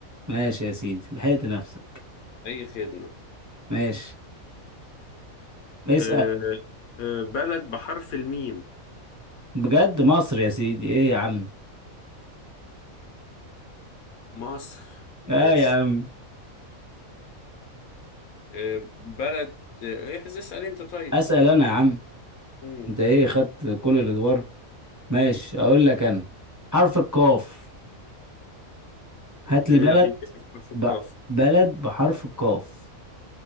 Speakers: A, on the right; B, on the left.
A: ماشي يا سيدي لحقت نفسك
B: أي خدمة
A: ماشي اسأل
B: آه آه بلد بحرف الميم
A: بجد مصر يا سيدي ايه يا عم
B: مصر
A: <laughs>
B: ماشي
A: اه يا عم
B: آه بلد آه، احذف اسأل أنت طيب
A: اسأل انا يا عم
B: مم.
A: انت ايه خدت كل الادوار ماشي اقول لك انا حرف القاف هات
B: آه
A: لي بلد
B: عايز أفكر في الكاف
A: ب... بلد بحرف القاف